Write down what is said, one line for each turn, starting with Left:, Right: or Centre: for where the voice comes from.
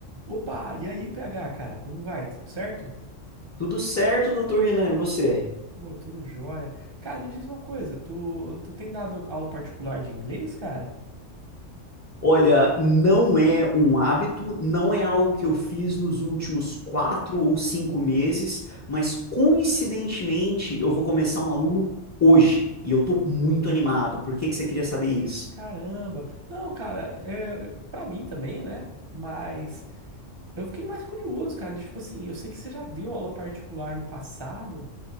Right: Opa, e aí, PH, cara, como vai? Tudo certo?
Left: Tudo certo, doutor Renan, e você?
Right: Pô, tudo jóia. Cara, me diz uma coisa, tu, tu tem dado aula particular de inglês, cara?
Left: Olha, não é um hábito, não é algo que eu fiz nos últimos quatro ou cinco meses, mas coincidentemente eu vou começar um aluno hoje e eu tô muito animado. Por que que você queria saber isso?
Right: Caramba. Não, cara, é, pra mim também, né? Mas eu fiquei mais curioso, cara, de tipo assim, eu sei que você já deu aula particular no passado